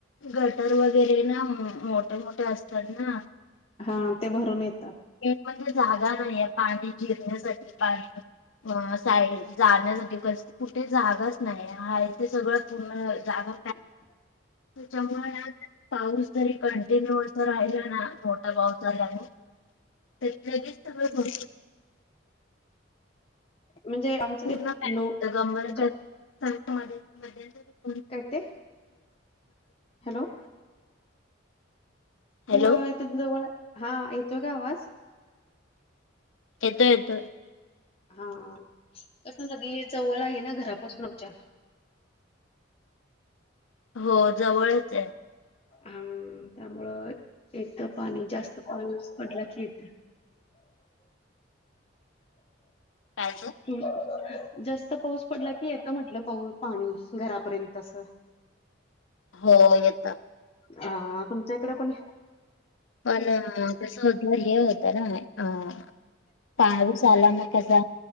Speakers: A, on the left; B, on the left.
A: गटर वगैरे ना मोठे मोठे असतात ना.
B: हा ते भरून येतात.
A: म्हणजे जागा नाही आहे पाणी जिरण्यासाठी पाणी अ साईड जाण्यासाठी कुठे जागाच नाही हा तेे सगळं पूर्ण जागा
B: ह.
A: जगळनाथ पाऊस जरी कंटिन्यू असं राहिला ना मोठा पाऊस झालाने त लगेच सगळं भ
B: म्हणजे आमचं
A: पूर्ण
B: ते लो
A: का
B: ज
A: गर
B: करते हॅलो. पोवा
A: हॅलो
B: जवळ हा येतोय का आवाज
A: येतोय येतोय.
B: हा कस सगदी जवळ आहे ना घरापासून आमच्या
A: हो जवळच आहे.
B: हा त्यामुळं एक तर पाणी जास्त पा पडलं की येत.
A: कायचं?
B: हम्. जास्त पाऊस पडला की येत म्हटलं पाऊ पाणी घरापर्यंत अस.
A: हो येत.
B: अ तुमच्या इकडे पण
A: वन कस होत्या हे होतना ह. पाऊस आला मग कसा